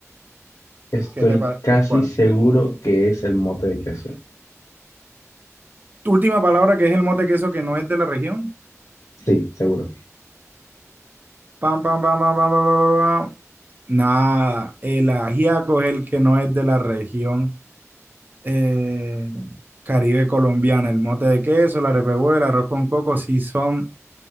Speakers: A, on the left (about 85°); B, on the right (about 35°).
A: Estoy
B: ¿Qué te parece?
A: casi
B: ¿Cuál?
A: seguro que es el mote de queso.
B: Tu última palabra que es el mote de queso que no es de la región.
A: Sí, seguro.
B: Pam, pam, pam, pam, pam, pam, pam, pam. pam. Nada, el ajiaco es el que no es de la región eh, Caribe colombiana. El mote de queso, la repehuela, el arroz con coco sí son